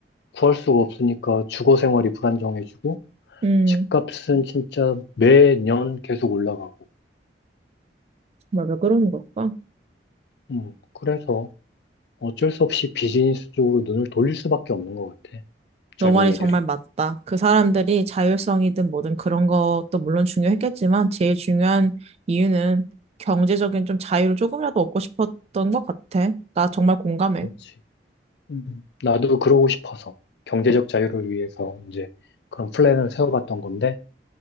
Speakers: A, on the left; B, on the right.
A: 구할 수가 없으니까 주거 생활이 불안정해지고
B: 음,
A: 집값은 진짜 매년 계속 올라가고.
B: 정말 왜 그러는 걸까?
A: 음, 그래서 어쩔 수 없이 비즈니스 쪽으로 눈을 돌릴 수밖에 없는 것 같아. 젊은이들이.
B: 너 말이 정말 맞다. 그 사람들이 자율성이든 뭐든 그런 것도 물론 중요했겠지만 제일 중요한 이유는 경제적인 좀 자유를 조금이라도 얻고 싶었던 것 같아. 나 정말 공감해.
A: 그렇지. 음, 나도 그러고 싶어서 경제적 자유를 위해서 이제 그런 플랜을 세워봤던 건데